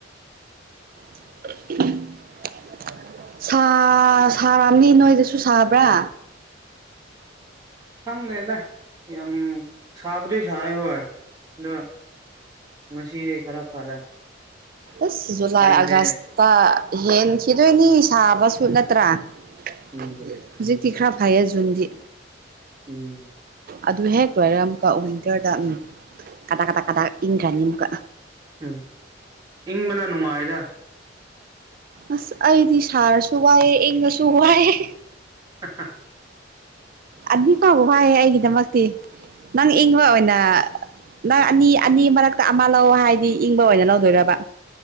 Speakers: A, on the right; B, on the right.
A: <unintelligible> ꯁꯥ ꯁꯥꯔꯝꯅꯤ ꯅꯣꯏꯗꯁꯨ ꯁꯥꯕ꯭ꯔꯥ
B: ꯈꯪꯗꯦꯗ ꯌꯥꯝ ꯁꯥꯕꯨꯗꯤ ꯁꯥꯏꯌꯦ ꯍꯣꯏ ꯗ ꯉꯁꯤ ꯈꯔ ꯐꯔꯦ
A: ꯑꯁ ꯖꯨꯂꯥꯏ
B: ꯍꯥꯏꯕꯗꯤ
A: ꯑꯥꯒꯁꯇ ꯍꯦꯟꯈꯤꯗꯣꯏꯅꯤ ꯁꯥꯕꯁꯨ ꯅꯠꯇ꯭ꯔꯥ ꯍꯧꯖꯤꯛꯇꯤ
B: ꯎꯝ
A: ꯈꯔ ꯐꯥꯏꯌꯦ ꯖꯨꯟꯗꯤ
B: ꯎꯝ
A: ꯑꯗꯨ ꯍꯦꯛ ꯂꯣꯏꯔꯒ ꯑꯃꯨꯛꯀ ꯋꯤꯟꯇꯔꯗ ꯎꯝ ꯀꯗꯥꯛ ꯀꯗꯥꯛ ꯀꯗꯥꯛ ꯏꯪꯈ꯭ꯔꯅꯤ ꯑꯃꯨꯛꯀ
B: ꯎꯝ ꯏꯪꯕꯅ ꯅꯨꯡꯉꯥꯏꯗ
A: ꯑꯁ ꯑꯩꯗꯤ ꯁꯥꯔꯁꯨ ꯋꯥꯏꯌꯦ ꯏꯪꯉꯁꯨ ꯋꯥꯏꯌꯦ
B: ꯍꯥ ꯍꯥ
A: ꯑꯗꯨ ꯐꯥꯎꯕ ꯋꯥꯏꯑꯦ ꯑꯩꯒꯤꯗꯃꯛꯇꯤ ꯅꯪ ꯏꯪꯕ
B: ꯎꯝ
A: ꯑꯣꯏꯅ ꯅꯪ ꯑꯅꯤ ꯑꯅꯤ ꯃꯔꯛꯇ ꯑꯃ ꯂꯧ ꯍꯥꯏꯗꯤ ꯏꯪꯕ ꯑꯣꯏꯅ ꯂꯧꯗꯣꯏꯔꯕ